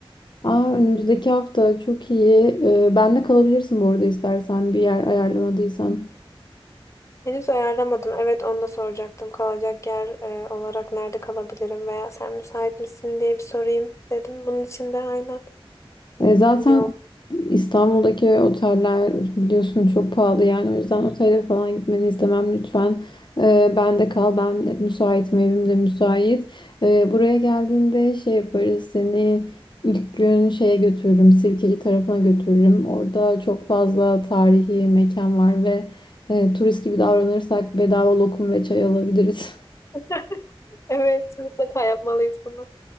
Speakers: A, on the left; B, on the left.
A: Aa, önümüzdeki hafta çok iyi. Ee, ben de kalabilirsin bu arada istersen bir yer ayarlamadıysan.
B: Henüz ayarlamadım. Evet onu da soracaktım. Kalacak yer e, olarak nerede kalabilirim veya sen müsait misin diye bir sorayım dedim. Bunun için de aynen.
A: E, zaten
B: Yok.
A: İstanbul'daki oteller biliyorsun çok pahalı yani o yüzden otele falan gitmeni istemem lütfen. E, ben de kal ben de müsaitim evim de müsait. E, buraya geldiğinde şey yaparız seni ilk gün şeye götürürüm Sirkeci tarafına götürürüm. Orada çok fazla tarihi mekan var ve e, turist gibi davranırsak bedava lokum ve çay alabiliriz. <laughs>
B: <laughs> Evet mutlaka yapmalıyız bunu.